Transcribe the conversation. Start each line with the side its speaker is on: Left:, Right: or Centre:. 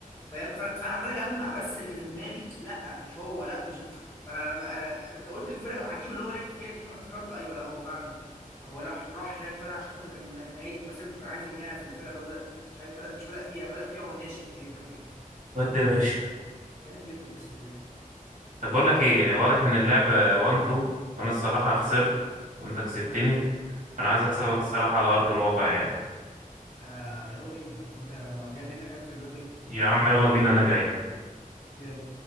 Left: فاهم فانا أنا عمال اجمع بس اللي في دماغي لا مش هو لا مش فانا لما آه، انت قلت الفرقه العجيبه اللي هو لعب فيها دي فانا افتكرت ايوه لا هو فعلا هو راح راح هناك فعلا عشان خاطر كان نهايه مسيرته كان عايز ينهيها في الفرقه اللي هو بدا مش عارف بدا مش بدا فيها بدا فيها وهو ناشئ تقريبا حاجه زي كده
Right: ودي يا باشا
Left: جامد جدا اقسم بالله
Right: طب بقول لك ايه واضح ان اللعبه
Left: ايه
Right: 1 2 وانا الصراحه خسرت وانت كسبتني فانا عايز
Left: يا
Right: اكسبك
Left: باشا عيب عليك
Right: الصراحه على ارض الواقع يعني
Left: آه يلا بينا لو انت ما جاي منك انزل دلوقتي يلا
Right: يا عم يلا بينا انا جاي
Left: يلا